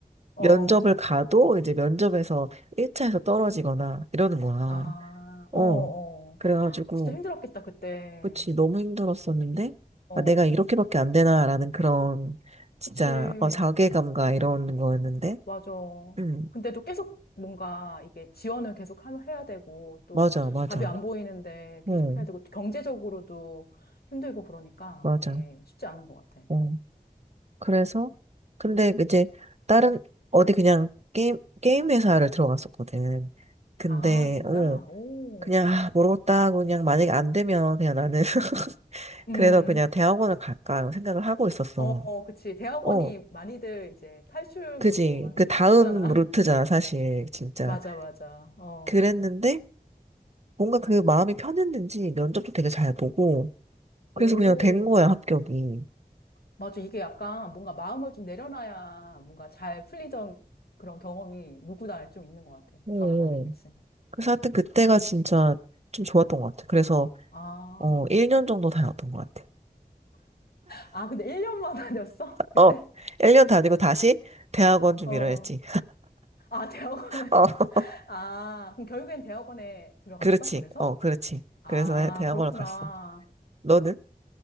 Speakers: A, on the left; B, on the right.
A: 어,
B: 면접을 가도 이제 면접에서 1차에서 떨어지거나 이러는 거야.
A: 아,
B: 어.
A: 어, 어.
B: 그래가지고,
A: <gasps> 헉, 진짜 힘들었겠다, 그때.
B: 그치, 너무 힘들었었는데,
A: 어,
B: 아, 내가 이렇게밖에 안 되나라는 그런, 진짜,
A: 그치.
B: 어, 자괴감과 이런 거였는데,
A: 맞아.
B: 음,
A: 근데도 계속 뭔가 이게 지원을 계속 하면 해야 되고 또
B: 맞아, 맞아.
A: 답이 안 보이는데
B: 어,
A: 계속 해야 되고 또 경제적으로도 힘들고 그러니까
B: 맞아.
A: 이게 쉽지 않은 것 같아.
B: 어. 그래서, 근데 이제, 다른, 어디 그냥 게임, 게임 회사를 들어갔었거든. 근데,
A: 아, 진짜?
B: 어,
A: 오.
B: 그냥, 아, 모르겠다. 그냥 만약에 안 되면 그냥 나는, <laughs>
A: 음.
B: 그래서 그냥 대학원을 갈까 생각을 하고 있었어.
A: 어, 어, 그치. 대학원이
B: 어,
A: 많이들 이제 탈출구로
B: 그지.
A: 많이
B: 그 다음
A: 이렇게 쓰잖아.
B: 루트잖아, 사실. 진짜.
A: <laughs> 맞아, 맞아. 어.
B: 그랬는데, 뭔가 그 마음이 편했는지 면접도 되게 잘 보고, 그래서
A: 오.
B: 그냥 된 거야, 합격이.
A: 맞아. 이게 약간 뭔가 마음을 좀 내려놔야 뭔가 잘 풀리던 그런 경험이 누구나 좀 있는 것 같아.
B: 어. 어.
A: 과거에. 그치?
B: 그래서 하여튼 그때가 진짜 좀 좋았던 것 같아. 그래서,
A: 아,
B: 어, 1년 정도 다녔던 것 같아.
A: 아, 근데 1년만 <laughs> 다녔어? 근데?
B: 어, 1년 다니고 다시 대학원 준비를
A: 아, 어.
B: 했지.
A: 아, <laughs> 대학원에.
B: 어, <laughs>
A: 아, 그럼 결국엔 대학원에 들어갔어?
B: 그렇지.
A: 그래서?
B: 어, 그렇지.
A: 아,
B: 그래서 대학원을
A: 그렇구나.
B: 갔어. 너는?